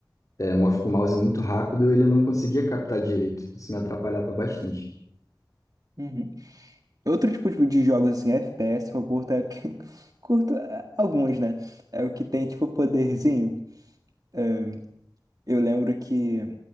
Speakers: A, on the left (about 45°); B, on the right (about 50°).
A: é, move com o mouse muito rápido, ele não conseguia captar direito. Isso me atrapalhava bastante.
B: Uhum. Outro tipo de de jogos assim, FPS, que eu curto é o que. <laughs> Curto é, alguns, né? É o que tem, tipo, poderzinho. É, eu lembro que